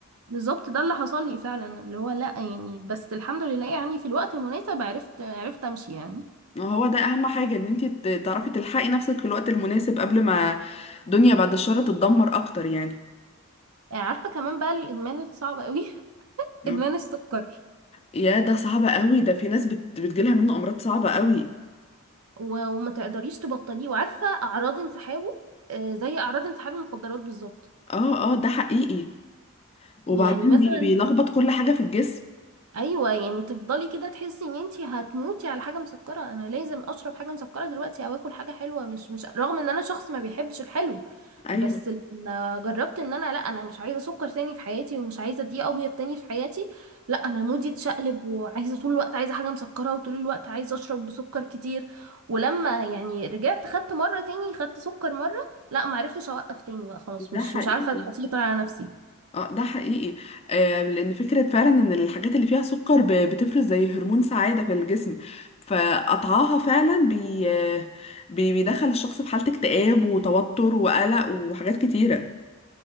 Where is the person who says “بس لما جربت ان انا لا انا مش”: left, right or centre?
Right